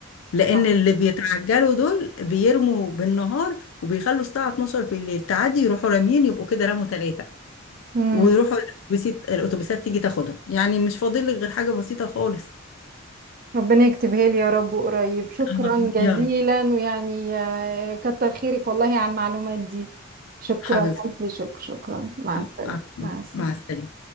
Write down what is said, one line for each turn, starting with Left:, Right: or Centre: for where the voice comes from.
Left: لان
Right: صح
Left: اللي بيتعجلوا دول بيرموا بالنهار وبيخلوا الساعه 12 بالليل تعدي يروحوا راميين يبقوا كده رموا ثلاثه
Right: امم
Left: ويروحوا الاتوبيسات الاتوبيسات تيجي تاخدهم يعني مش فاضل لك غير حاجه بسيطه خالص
Right: ربنا يكتبها لي يا رب قريب شكرا
Left: الله
Right: جزيلا
Left: يا رب
Right: ويعني آه، كتر خيرك والله على المعلومات دي شكرا
Left: حبيبتي
Right: ألف شكر شكرا مع
Left: آه،
Right: السلامة
Left: آه،
Right: مع السلامة
Left: مع السلامه